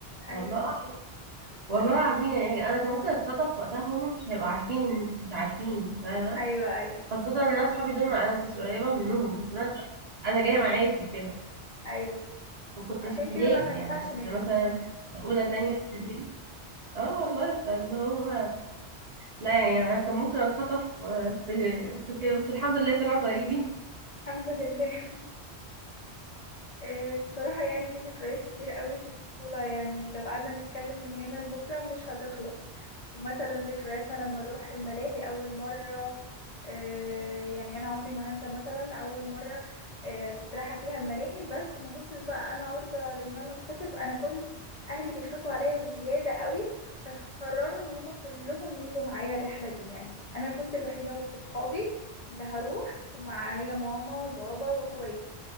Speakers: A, on the left (about 60°); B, on the right (about 50°).
A: ايوه
B: والله والله
A: ايوه
B: العظيم يعني انا كان ممكن اتخطف وقتها هم مش هيبقوا عارفين مش عارفين فاهمه
A: ايوه ايوه
B: خاصه ان انا اصحابي دول ما- انا ما كنتش قريبه منهم بس انا انا جايه معاكم كده
A: ايوه
B: وكنت
A: عشان
B: في ابتدائي
A: كده بقى ما ينفعش
B: يعني كنت
A: نكذب
B: مثلا اولى تانية ابتدائي اه والله فاللي هو لا يعني انا كان ممكن اتخطف آه، في في كده بس الحمد لله طلعوا طيبين
A: الحمد لله آه، بصراحة يعني في ذكريات كتير قوي في الطفولة يعني لو قعدنا نتكلم من هنا لبكرة مش هتخلص ومثلا ذكرياتنا لما نروح الملاهي أول مرة آه، يعني أنا عمري ما هنسى مثلا أول مرة آه، كنت رايحة فيها الملاهي بس ما كنتش بقى أنا عرضة لأن أنا اتخطف أنا كنت أهلي بيخافوا عليا بزيادة قوي فقرروا إن هما كلهم يجوا معايا الرحلة دي يعني أنا كنت الوحيدة وسط صحابي اللي هروح ومعايا ماما وبابا واخواتي